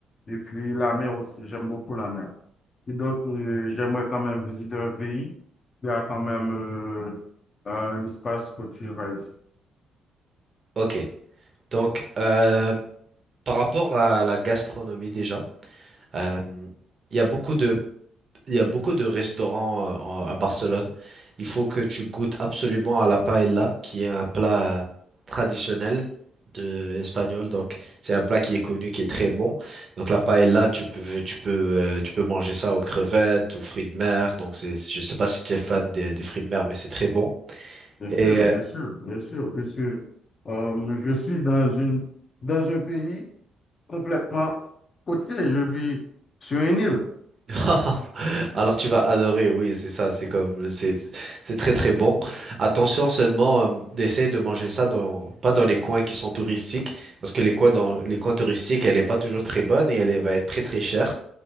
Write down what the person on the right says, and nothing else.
Ok, donc euh, par rapport à la gastronomie déjà. Euh, il y a beaucoup de, il y a beaucoup de restaurants euh, en- à Barcelone. Il faut que tu goûtes absolument à la paella, qui est un plat euh, traditionnel de espagnol. Donc, c'est un plat qui est connu, qui est très bon. Donc, la paella, tu peux, tu peux, euh, tu peux manger ça aux crevettes, aux fruits de mer. Donc, c'est, je sais pas si tu es fan des, des fruits de mer, mais c'est très bon.
Et
<laughs> Alors tu vas adorer, oui, c'est ça, c'est comme c'est c'est très très bon. Attention seulement, euh, d'essayer de manger ça dans pas dans les coins qui sont touristiques, parce que les coins dans les coins touristiques, elle est pas toujours très bonne et elle est- va être très très chère.